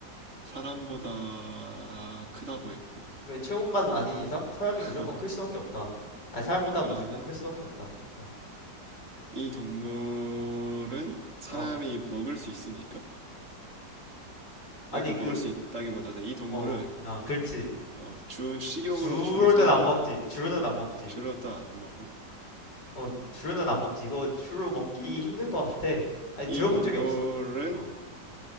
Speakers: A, on the right; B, on the left.
A: 사람보다 크다고 했고.
B: 그 체온만 아닌 이상 사람이
A: <laughs>
B: 무조건 클 수밖에 없다. 아니 사람보다
A: 그러면
B: 무조건 클 수밖에 없다. 어.
A: 이 동물은 사람이
B: 어.
A: 먹을 수 있습니까?
B: 아니
A: 아니, 그러니까
B: 그
A: 먹을 수 있다기보다는 이 동물은
B: 어. 아, 그렇지.
A: 어, 주 식용으로
B: 주로는
A: 주로 사용되냐?
B: 안 먹지. 주로는
A: 어,
B: 안 먹지.
A: 아, 주로 또 안 먹어.
B: 어, 주로는 안 먹지. 이거 주로 먹기 힘들 것 같아. 아니
A: 이
B: 들어본
A: 동물은
B: 적이 없어. 어.